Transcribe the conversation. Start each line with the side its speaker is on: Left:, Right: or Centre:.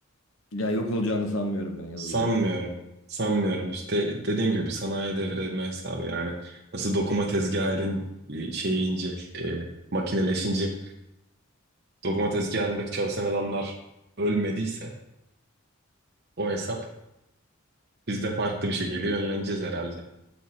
Left: Ya yok olacağını sanmıyorum ben yazılımın.
Right: Sanmıyorum. Sanmıyorum. İşte dediğim gibi sanayi devrilme hesabı yani. Nasıl dokuma tezgahı elin e, şeyi ince, e, makineleşince dokuma tezgahındaki çalışan adamlar ölmediyse o hesap biz de farklı bir şekilde yönleneceğiz herhalde.